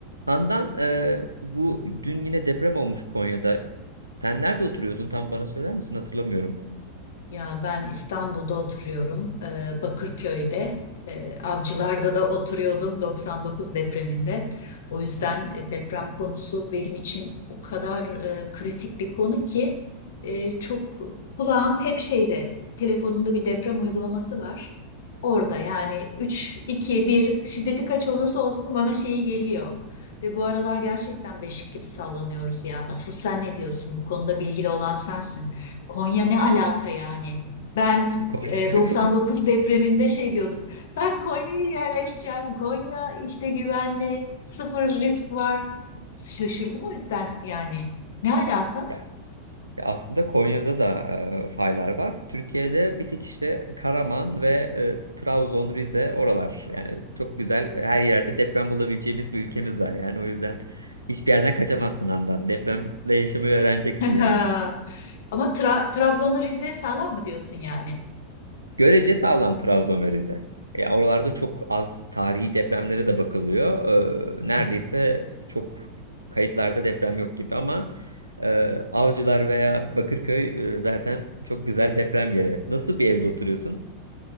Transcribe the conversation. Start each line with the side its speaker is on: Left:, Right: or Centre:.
Right: Handan e, bu dün yine deprem olmuş Konya'da. Sen nerede oturuyordun tam bana söyler misin? Hatırlamıyorum.
Left: Ya ben İstanbul'da oturuyorum, eee, Bakırköy'de, eee, Avcılar'da da oturuyordum 99 depreminde. O yüzden e, deprem konusu benim için o kadar e, kritik bir konu ki e, çok kulağım hep şeyde, telefonumda bir deprem uygulaması var. Orada yani 3 2, bir şiddeti kaç olursa olsun bana şeyi geliyor. Ve bu aralar gerçekten beşik gibi sallanıyoruz ya. Asıl sen ne diyorsun? Bu konuda bilgili olan sensin. Konya ne alaka yani? Ben
Right: Konya.
Left: e,
Right: <laughs>
Left: 99 depreminde şey diyordum. Ben Konya'ya yerleşeceğim. Konya işte güvenli, sıfır risk var. Şaşırdım o yüzden yani. Ne alaka?
Right: Ya, ya aslında Konya'da da e, faylar var. Türkiye'de bir tek işte Karaman ve e, Trabzon, Rize oralar. Yani çok güzel her yerde deprem bulabileceğimiz bir ülkemiz var. Yani o yüzden hiçbir yerden kaçamazsın Handan. Depremle yaşamayı öğreneceksin
Left: <laughs>
Right: yani.
Left: Ama Tra- Trabzon'la Rize sağlam mı diyorsun yani?
Right: Görece sağlam Trabzon ve Rize. Ya oralarda çok az tarihi depremlere de bakılıyor. Ee,
Left: Hı
Right: neredeyse
Left: hı.
Right: çok kayıtlarda deprem yok gibi ama e, Avcılar veya Bakırköy e, zaten çok güzel deprem yeri. Nasıl bir evde oturuyorsun?